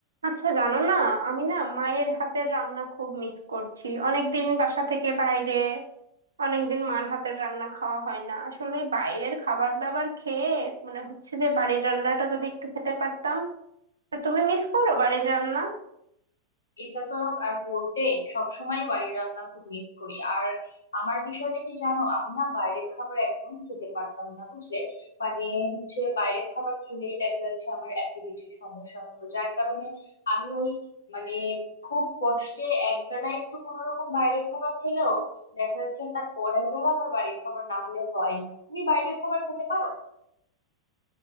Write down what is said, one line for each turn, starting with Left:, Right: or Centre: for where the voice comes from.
Right: আচ্ছা জানো না আমি না মায়ের হাতের রান্না খুব মিস করছি অনেকদিন বাসা থেকে বাইরে অনেকদিন মার হাতের রান্না খাওয়া হয় না আসলে এই বাইরের খাবার দাবার খেয়ে মনে হচ্ছে যে বাড়ির রান্নাটা যদি একটু খেতে পারতাম তা তুমি মিস করো বাড়ির রান্না
Left: এটা তো আর বলতে সবসময় বাড়ির রান্না খুব মিস করি আর আমার বিষয়টা কি জানো আমি না বাইরের খাবার একদম খেতে পারতাম না বুঝলে মানে হচ্ছে বাইরের খাবার খেলেই দেখা যাচ্ছে আমার অ্যাসিডিটির সমস্যা হতো যার কারণে আমি ওই মানে খুব কষ্টে একবেলা একটু কোনো রকম বাইরের খাবার খেলেও দেখা যাচ্ছে তার পরের বেলা আমার বাড়ির খাবার না হলে হয় না তুমি বাইরের খাবার খেতে পারো